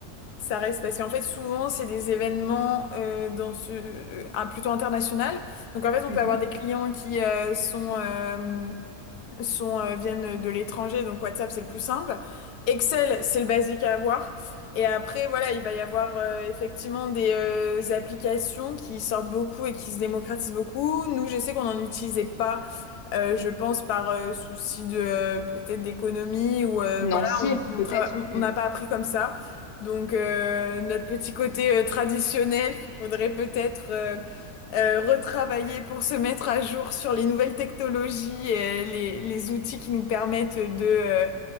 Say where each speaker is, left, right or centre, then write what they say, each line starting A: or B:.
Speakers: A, on the left; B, on the left.
A: Ça reste parce qu'en fait souvent c'est des événements euh, dans ce euh, ah, plutôt international. Donc en fait on
B: mhm.
A: peut avoir des clients qui euh, sont euh, sont euh, viennent de l'étranger donc WhatsApp c'est le plus simple. Excel c'est le basique à avoir. Et après voilà il va y avoir euh, effectivement des euh, applications qui sortent beaucoup et qui se démocratisent beaucoup. Nous je sais qu'on n'en utilisait pas euh, je pense par euh, souci de euh, peut-être d'économie ou euh,
B: financiers
A: voilà, on
B: peut-être,
A: on trava- on-
B: mm,
A: on n'a pas appris comme ça. Donc euh, notre petit côté euh, traditionnel qu'il faudrait peut-être euh, euh, retravailler pour se mettre à jour sur les nouvelles technologies et les, les outils qui nous permettent de, euh,